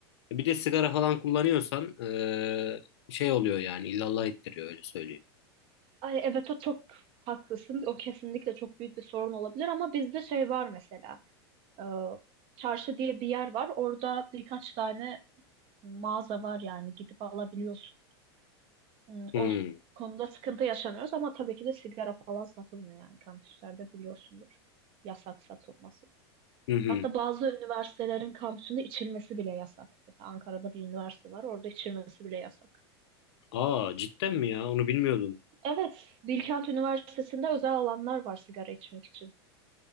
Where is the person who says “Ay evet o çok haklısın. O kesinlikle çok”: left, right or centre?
Right